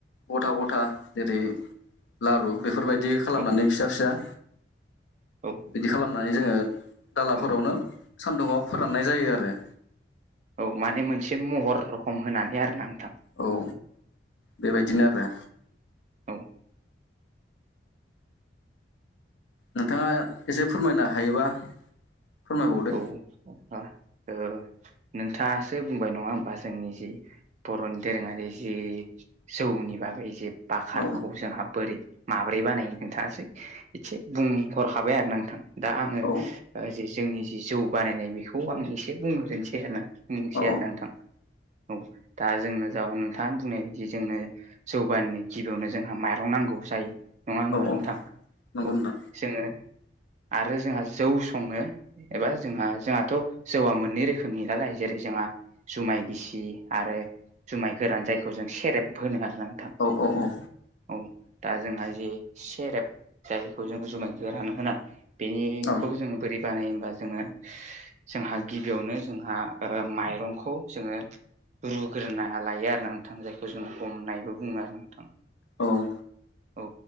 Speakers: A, on the left; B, on the right.
A: गथा गथा जेरै लारु बेफोरबायदि बिदि खालामनानै
B: औ
A: फिसा फिसा
B: औ
A: बिदि खालामनानै जोङो दालाफोरावनो
B: औ
A: सान्दुङाव फोराननाय जायो आरो
B: औ माने मोनसे महर रखम होनानै आरोना नोंथां
A: औ बेबायदिनो आरो
B: औ
A: नोंथाङा एसे फोरमायनो हायोबा फोरमायबावदो
B: औ आं ओ नोंथाङासो बुंबाय नङा होमबा जोंनि जि बर'नि दोरोङारि जि जौनि बागै जे बाखारखौ
A: औ
B: जोंहा बोरै माब्रै बानायो नोंथाङासै एसे बुंहरखाबाय आरो नोंथां दा आङो
A: औ
B: जे जोंनि जि जौ बानायनाय बेखौ आं एसे बुंग्रोनोसै आरोना मिथि
A: औ
B: आरो नोंथां औ दा जोंनो जा नोंथाङा बुंनाय बायदि जोंनो जौबानिनो गिबियावनो जोंहा माइरं नांगौ जायो नङा होमबा
A: औ
B: नोंथां
A: नंगौ
B: औ
A: नोंथां
B: जोङो आरो जोंहा जौ सङो एबा जोंहा जोंहाथ' जौआ मोनो मोनै रोखोमनि नालाय जेरै जोंहा जुमाय गिसि आरो जुमाय गोरान जायखौ जों सेरेब होनो आरोना नोंथां
A: औ औ औ
B: औ दा जोंहा जे सेरेब जायखौ जोङो जुमाय गोरान होना बेनिखौ
A: औ
B: जोङो बोरै बानाय होमबा जोङो जोंहा गिबियावनो जोंहा माइरंखौ जोङो रुग्रोना लायो आरोना नोंथां जायखौ जों हमनायबो बुङो आरो नोंथां
A: औ
B: औ